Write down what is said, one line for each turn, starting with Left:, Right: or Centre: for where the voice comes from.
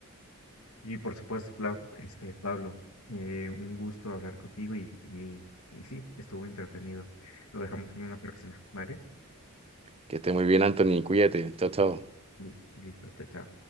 Left: Y por supuesto, Fla- este, Pablo, eh, un gusto hablar contigo y, y, y sí, estuvo entretenido. Lo dejamos en una próxima, ¿vale?
Right: Que esté muy bien, Anthony, cuídate, chao, chao.
Left: Li- Listo, chao, chao.